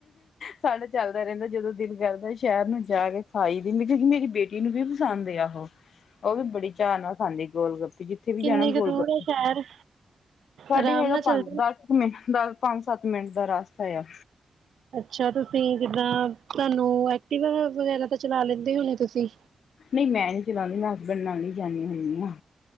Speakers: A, on the left; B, on the right.
A: ਸਾਡਾ ਚੱਲਦਾ ਰਹਿੰਦਾ ਜਦੋਂ ਦਿਲ ਕਰਦਾ ਸ਼ਹਿਰ ਨੂੰ ਜਾ ਕੇ ਖਾਈ ਦਦੀ ਕਿਉਂਕਿ ਮੇਰੀ ਬੇ ਬੇਟੀ ਨੂੰ ਵੀ ਪਸੰਦ ਆ ਉਹ ਉਹ ਵੀ ਬੜੀ ਚਾਅ ਨਾਲ ਖਾਂਦੀ ਗੋਲ ਗੱਪੀ ਜਿੱਥੇ ਵੀ
B: ਕਿੰਨੀ
A: ਜਾਣਾ
B: ਕੁ
A: ਗੋਲ
B: ਦੂਰ
A: ਗੱਪੇ
B: ਹੈ ਸ਼ਹਿਰ
A: ਸਾਡੀ
B: ਆਰਾਮ
A: ਹੈਗਾ
B: ਨਾਲ ਚੱਲਦੇ
A: ਪੰਜ ਦਸ ਕੁ ਮਿੰਟ ਦਸ ਪੰਜ ਸੱਤ ਮਿੰਟ ਦਾ ਰਸਤਾ ਆ।
B: ਅੱਛਾ ਤੁਸੀਂ ਜਿੱਦਾਂ ਤੁਹਾਨੂੰ ਐਕਟੀਵਾ ਵਗੈਰਾ ਤਾਂ ਚਲਾ ਲੈਂਦੇ ਹੋਣੇ ਤੁਸੀਂ
A: ਨਹੀਂ ਮੈਂ ਨੀ ਚਲਾਉਂਦੀ ਮੈਂ ਹਸਬੈਂਡ ਨਾਲ ਹੀ ਜਾਂਦੀ ਹਦੀ ਹਾਂ।